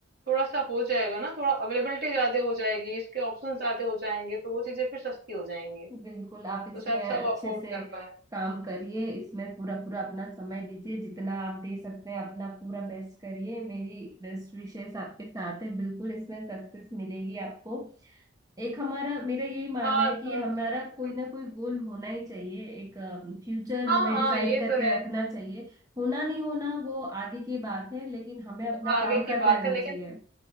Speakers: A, on the right (about 55°); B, on the right (about 20°).
A: थोड़ा सा हो जाएगा ना थोड़ा अवेलेबिलिटी ज्यादा हो जाएगी इसके ऑप्शन ज्यादा हो जाएंगे तो वो चीजें फिर सस्ती हो जाएंगी
B: बिल्कुल आप इसमें
A: तो शायद
B: अच्छे
A: सब अफोर्ड
B: से
A: कर पाए
B: काम करिए इसमें पूरा पूरा अपना समय दीजिए जितना आप दे सकते हैं अपना पूरा बेस्ट करिए मेरी बेस्ट विशेष आपके साथ है बिल्कुल इसमें सक्सेस मिलेगी आपको एक हमारा मेरा यही मानना
A: हाँ
B: है
A: थोड़ा
B: कि हमारा
A: सा हम्म,
B: कोई ना कोई
A: हम्म।
B: गोल होना ही चाहिए एक फ्यूचर
A: हाँ
B: हमें
A: हाँ
B: डिसाइड
A: ये
B: करके
A: तो है
B: रखना चाहिए होना नहीं होना वो आगे की बात है लेकिन हमें
A: वो
B: अपना
A: आगे
B: काम
A: की
B: करते
A: बात
B: रहना
A: है लेकिन
B: चाहिए